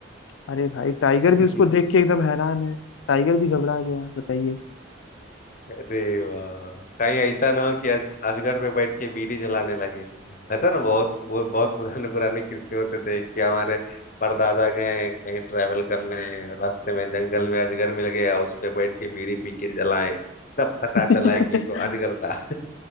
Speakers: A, on the left (about 70°); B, on the left (about 40°).
A: अरे भाई टाइगर
B: गया
A: भी उसको देख
B: <laughs>
A: के एकदम हैरान है टाइगर भी घबरा गया बताइए
B: अरे वाह कहीं ऐसा ना हो कि आज अजगर पे बैठ के बीड़ी जलाने लगे रहता ना बहुत वो बहुत पुराने पुराने किस्से होते थे कि हमारे परदादा गए कहीं ट्रैवल करने रास्ते में जंगल में अजगर मिल गया उस पे बैठ के बीड़ी पी के जलाएं तब पता
A: <laughs>
B: चला कि ये तो अजगर था